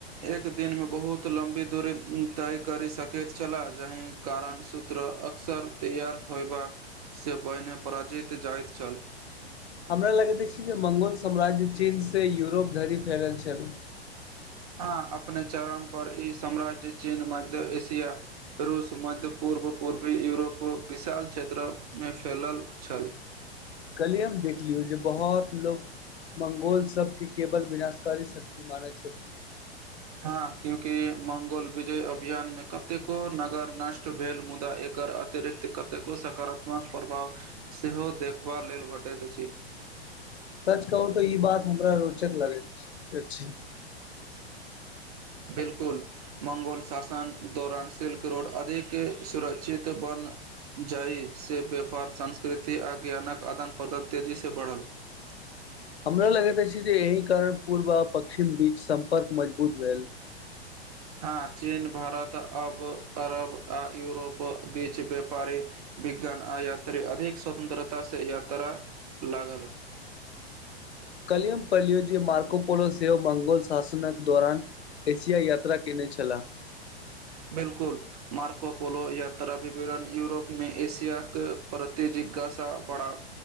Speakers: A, on the right; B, on the left.
A: एक दिनमे, बहुत लम्बी दूरी तय करि सकैत छलाह। जाहि कारण सूत्र अक्सर तैयार हौवा से पहिने पराजित जाइत छल।
B: हमरा लगैत अछि जे, मंगोल साम्राज्य चीन से यूरोप धरि फैलल छल।
A: हां अपने चरम पर ई साम्राज्य चीन मध्य एशिया रूस, मध्य पूर्व, पूर्वी यूरोप, विशाल क्षेत्र मे फैलल छल।
B: कल्हि हम देख लियौ जे बहोत लोक मंगोल सबके केवल विनाशकारी शक्ति मानै छै।
A: हां 'क्यूंकि' मंगोल विजय अभियान मे कतेको नगर नष्ट भेल, मुदा एक क अतिरिक्त कतेको सकारात्मक प्रभाव सेहो देखबा लेल भेटैत अछि। <inaudible>
B: सच कहू तऽ ई बात हमरा रोचक लगैत छ अछि।
A: 'बिल्कुल' मंगोल शासन दौरान सिल्क रोड अधिक सुरक्षित बन जाय, से व्यापार संस्कृति आ ज्ञानक आदान प्रदान तेजी से बढ़ल। <inaudible>
B: हमरा लगैत अछि जे,। एहि कारण पूर्व आ पश्चिम बीच सम्पर्क मजबूत भेल।
A: हां, चीन, भारत, अब अरब, आ यूरोप, बीच व्यापारि विज्ञान आ यात्री अधिक स्वतन्त्रता से यात्रा लागल। <inaudible>
B: कल्हि हम पढ़लियौ जे मार्कोपोलो सेहो मंगोल शासनक दौरान। एशिया यात्रा कयने छला।
A: बिल्कुल मार्कोपोलो यात्रा विवरण यूरोप में एशिया के प। प्रति जिज्ञासा बडा़